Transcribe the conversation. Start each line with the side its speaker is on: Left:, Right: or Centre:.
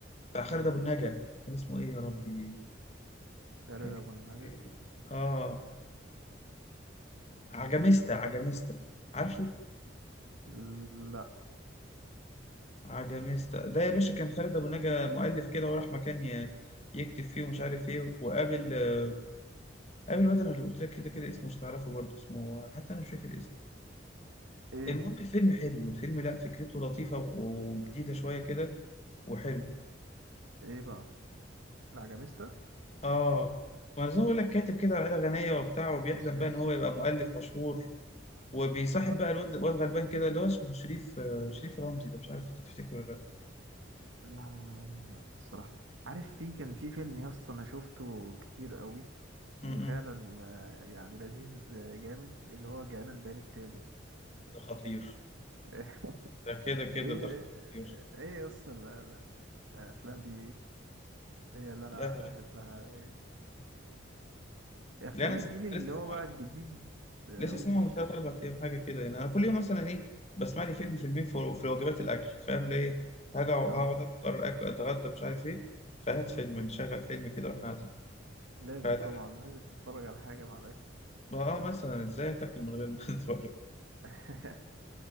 Left: بتاع
Right: إيه
Left: خالد ابو النجا كان اسمه ايه يا ربي
Right: خالد
Left: كان
Right: أبو
Left: اسمه
Right: النجا
Left: ايه اه عجميستا عجميستا عارفه
Right: لا
Left: عجميستا ده يا باشا كان خالد ابو نجا مؤلف كده وراح مكان ي- يكتب فيه ومش عارف ايه وقابل آه، قابل الواد انا اللي قلت لك كده كده اسمه مش هتعرفه برضه اسمه حتى انا مش فاكر اسمه
Right: إيه
Left: المهم الفيلم حلو الفيلم لا فكرته لطيفه و- وجديده شويه كده وحلو
Right: إيه بقى العجميستا
Left: اه ما أنا زي ما بقول لك كاتب كده عيله غنيه وبتاع وبيحلم
Right: ما سمعتش
Left: بقى ان هو يبقى مؤلف مشهور وبيصاحب
Right: آه.
Left: بقى الواد الواد غلبان كده اللي هو اسمه شريف آه، شريف رمزي ده مش عارف انت تفتكره ولا لا
Right: آه، الصراحة عارف في كان في فيلم يا اسطى انا شفته كتير قوي وفعلا
Left: م- م.
Right: آه، يعني لذيذ آه، جامد اللي هو جاءنا البيان التالي
Left: ده خطير
Right: <laughs>
Left: ده كده كده
Right: ايه
Left: ده خطير
Right: ايه يا اسطى ال- ال- الافلام دي هي اللي انا
Left: لا لا
Right: احبها افلام
Left: لا انا سمعت
Right: الجيل اللي
Left: أنا لسه سامعه
Right: هو بقى
Left: على فكره
Right: الجديد قوي
Left: لسه سامعه
Right: مش
Left: من ثلاث اربع ايام حاجه كده يعني انا كل يوم مثلا ايه بسمع لي فيلم فيلمين في في وجبات الاكل فاهم اللي ايه هاجي أقع- هقعد
Right: اه
Left: افطر أكل- اتغدى مش عارف ايه فهات فيلم نشغل فيلم كده واحنا قاعدين
Right: لازم
Left: فلا لا
Right: طبعا لازم تتفرج على حاجة مع الاكل
Left: ما اه مثلا ازاي تاكل من غير ما <laughs> تتفرج
Right: <laughs>